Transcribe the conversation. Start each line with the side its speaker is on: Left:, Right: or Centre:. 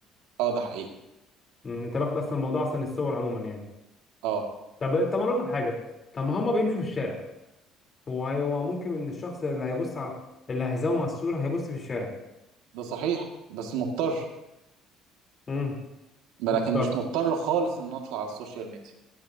Right: اه ده حقيقي
Left: أمم، انت رافض اصلا موضوع اصلا الصور عموما يعني
Right: اه
Left: طب انت ما اقول لك حاجه طب ما هما بيمشوا في الشارع هو هو ممكن ان الشخص اللي هيبص على اللي هيزوم على الصوره هيبص في الشارع
Right: ده صحيح بس مضطر
Left: امم
Right: لكن
Left: محتار
Right: مش مضطر خالص ان اطلع على السوشيال ميديا